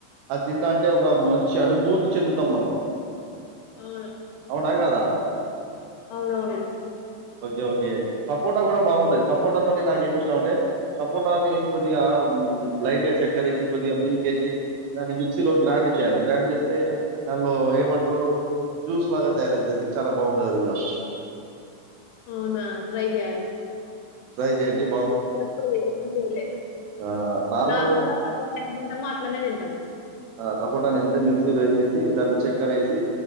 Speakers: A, on the right (about 75°); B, on the left (about 80°).
A: ఆ తింటా అంటే ఒక మంచి అనుభూతి చెందుతాం మనం
B: అవును
A: అవునా కాదా
B: అవునవును
A: ఓకే ఓకే సపోటా కూడా బాగుంటాది సపోటాతోని నాక ఏమి ఇష్టాం అంటే సపోటాని కొద్దిగా లైట్ గా చక్కర వేసి కొద్దిగా మిల్కేసి దాన్ని మిక్సీలో గ్రైండ్ చేయాలి గ్రైండ్ చేస్తే దానిలో ఏమంటారు జ్యూస్ లాగా తయారైతుది చాలా బాగుంటది అది కూడా
B: అవునా ట్రై చేయాలి
A: ట్రై చేయండి
B: ఎప్పలే ఎప్పలే
A: ఆహ్, నార్మల్‌గా
B: నార్మల్ గా తపోటాచ్చ తింటామో అట్లనే తింటాం
A: ఆ సపోటా ననుంటే మిక్సీలో వేసేసి దాంట్లో చక్కర వేసి